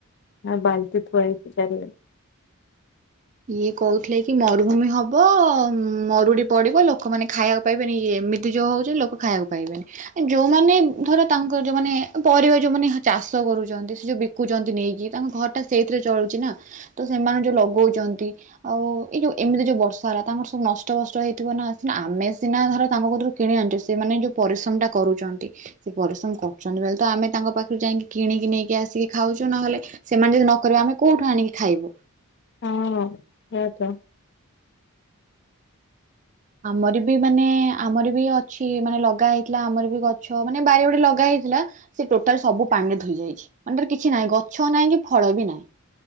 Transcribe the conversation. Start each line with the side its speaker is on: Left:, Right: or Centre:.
Left: ହଁ ବାଲଟି ଥୁଆ ହୋଇଚି ଚାରିଆଡ଼େ।
Right: ଇଏ କହୁଥିଲେ କି ମରୁଭୂମି ହବ ମରୁଡି ପଡିବ ଲୋକମାନେ ଖାଇବାକୁ ପାଇବେନି। ଏମିତି ଯୋଉ ହଉଚି ଲୋକ ଖାଇବାକୁ ପାଇବେନି। ଯୋଉମାନେ ଧର ତାଙ୍କର ଯୋଉମାନେ ପରିବା ଯୋଉମାନେ ଚାଷ କରୁଚନ୍ତି ସେ ଯୋଉ ବି କୁଚନ୍ତି ନେଇକି ତାଙ୍କ ଘର ଟା ସେଇଥିରେ ଚଳୁଚିନା। ତ ସେମାନେ ଯୋଉ ଲଗଉଚନ୍ତି ଆଉ ଏଇ ଯୋଉ ଏମିତି ଯୋଉ ବର୍ଷା ହେଲା ତାଙ୍କର ସବୁ ନଷ୍ଟବଷ୍ଟ ହେଇଥିବ ନା। ସିନା ଆମେ ସିନା ଧର ତାଙ୍କ କତୁରୁ କିଣି ଆଣୁଚେ ସେଇମାନେ ଯେଉଁ ପରିଶ୍ରମ ଟା କରୁଚନ୍ତି ସେ ପରିଶ୍ରମ କରୁଚନ୍ତି ବୋଲି ତ ଆମେ ତାଙ୍କ ପାଖରୁ ଯାଇକି କିଣିକି ନେଇକି ଆସିକି ଖାଉଚୁ ନହେଲେ ସେମାନେ ଯଦି ନ କରିବେ ଆମେ କୋଉଠୁ ଆଣିକି ଖାଇବୁ।
Left: ହଁ ସେଆ ତ।
Right: ଆମର ବି ମାନେ ଆମର ବି ଅଛି ମାନେ ଲଗା ହେଇଥିଲା ଆମର ବି ଗଛ ମାନେ ବାରିରେ ଗଟେ ଲଗା ହେଇଥିଲା ସେ ଟୋଟାଲ ସବୁ ପାଣି ରେ ଧୋଇ ଯାଇଛି ମାନେ କିଛି ନାହିଁ ଗଛ ନାହିଁ କି ଫଳ ବି ନାହିଁ।